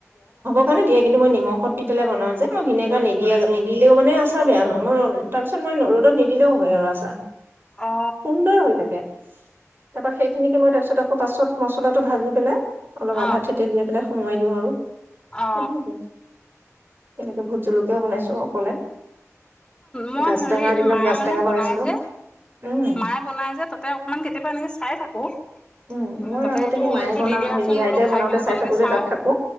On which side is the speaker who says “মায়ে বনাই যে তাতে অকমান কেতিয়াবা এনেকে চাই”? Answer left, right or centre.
Left